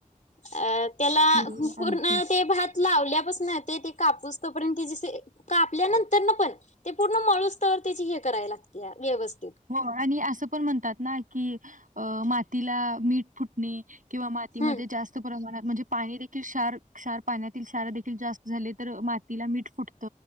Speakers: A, on the left; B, on the right.
A: अ त्याला
B: हो
A: पूर्ण
B: अगदी
A: ते भात लावल्यापासन ते ते कापुसतोपर्यंत ते अस कापल्यानंतरपण ते पूर्ण माणूस तर त्याची हे कराय लागत्या व्यवस्थ
B: हो आणि असं पण म्हणतात ना की मातीला मीठ फुटणे किंवा मातीमध्ये
A: हम्म
B: जास्त प्रमाणात म्हणजे पाणी देखील क्षार क्षार पाण्यात ते क्षार देखील जास्त झाले तर मातीला मीठ फुटत